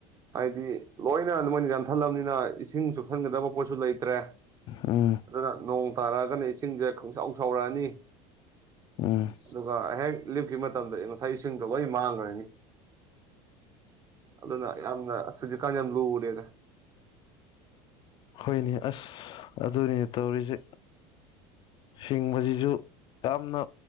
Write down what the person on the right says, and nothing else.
ꯍꯥꯏꯗꯤ ꯂꯣꯏꯅ ꯃꯣꯏꯅ ꯌꯥꯟꯊꯠꯂꯕꯅꯤꯅ ꯏꯁꯤꯡ ꯆꯨꯞꯁꯟꯒꯗꯕ ꯄꯣꯠꯁꯨ ꯂꯩꯇ꯭ꯔꯦ
ꯑꯗꯨꯅ ꯅꯣꯡ ꯇꯥꯔꯛꯑꯒꯅ ꯏꯁꯤꯡꯁꯦ ꯈꯪꯁꯥꯎ ꯁꯥꯎꯔꯛꯑꯅꯤ
ꯑꯗꯨꯒ ꯍꯦꯛ ꯂꯤꯞꯈꯤꯕ ꯃꯇꯝꯗ ꯉꯁꯥꯏ ꯏꯁꯤꯡꯗꯣ ꯂꯣꯏ ꯃꯥꯡꯈ꯭ꯔꯅꯤ ꯑꯗꯨꯅ ꯌꯥꯝꯅ ꯁꯨꯖꯤꯛꯀꯥꯟ ꯌꯥꯝ ꯂꯨꯨꯔꯦꯗ